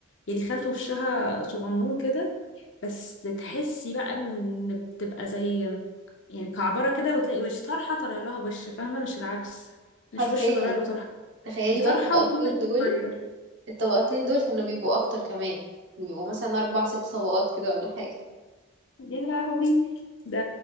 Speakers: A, on the left; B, on the right.
A: يعني خالته وشها صغنون كده بس تحسي بقى ان بتبقى زي يعني كعبرة كده وتلاقي وش طرحة طالع لها وش فاهمة مش العكس مش
B: حرفيا
A: وش طالع له طرحة
B: تخيلي
A: في طرحة
B: بقى الطبقتين
A: وفي وش
B: دول
A: صغير
B: الطبقتين دول كانوا بيبقوا اكتر كمان كانوا بيبقوا مثلا اربع ست طبقات كده ولا حاجه
A: يا لهوي ده